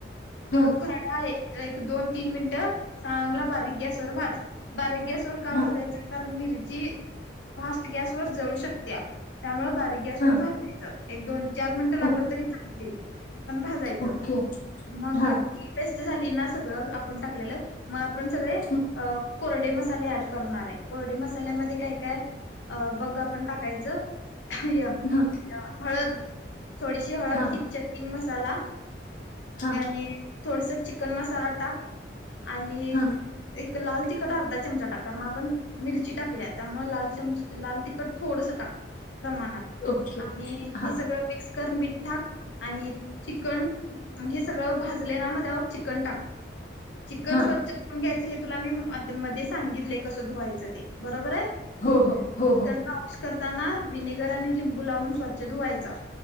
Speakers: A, on the left; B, on the left.
A: तो
B: हा
A: खरडा एक दोन तीन मिनटं चांगला बारीक गॅस व भाज बारीक गॅस
B: हा
A: मि फा ग व जू शक त्या <unintelligible> बारीक गॅस
B: हा
A: वर भाजायचं एक दोन चार मिनट लागलं
B: ओ
A: तरी चालतील पण भाजायचं
B: ओके
A: मग
B: हा
A: ती बेस्ट झाली ना सगळं आपण टाकलेलं मग आपण सगळे
B: हं,
A: अ कोरडी मसाले ऍड करणार आहे कोरडी मसाल्यामध्ये काय काय अ बघ आपण टाकायचं य
B: हा
A: हळद थोडीशी हळद
B: हा
A: किचचटंग मसाला
B: हा
A: आणि थोडस चिकन मसाला टाक आणि
B: हा
A: एक लाल तिखट अर्धा चमचा टाकर ना आपण मिरची टाकल्या त्यामुळे लाल चम लाल तिखट थोडस टाक प्रमाणात
B: ओके
A: आणि हे
B: हा
A: सगळं मिक्स कर मिठाक आणि चिकन हे सगळं भाजले ना मग त्यावर चिकन टाक चिकन
B: हा
A: स्वच्छ घ्यायचे हे तुला मी म मध्ये सांगितलेय कसं धुवायचं ते बरोबर आहे
B: हो हो हो
A: चिकन
B: हो
A: करताना विनेगर आणि लिंबू लावून स्वच्छ धुवायचा